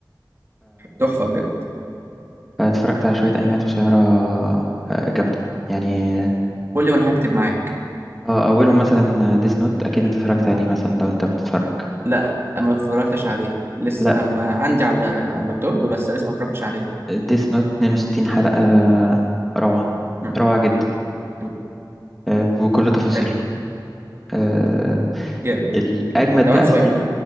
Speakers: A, on the right; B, in the centre.
A: تحفة بجد
B: فاتفرجت على شويه انميات قصيره آه، جامده يعني
A: قول لي وانا هكتب معاك
B: اه اولهم مثلا ديس نوت اكيد انت اتفرجت عليه مثلا لو انت بتتفرج
A: لا ما اتفرجتش عليه لسه
B: لا
A: انا أنا عندي على على اللابتوب بس لسه ما اتفرجتش عليه
B: ديس نوت 62 حلقه آه، روعه
A: مم.
B: روعه جدا
A: مم.
B: آه، بكل تفاصيله
A: حلو
B: آه،
A: جامد
B: الأجمد
A: طب
B: بقى
A: عندي
B: في
A: سؤال
B: ال...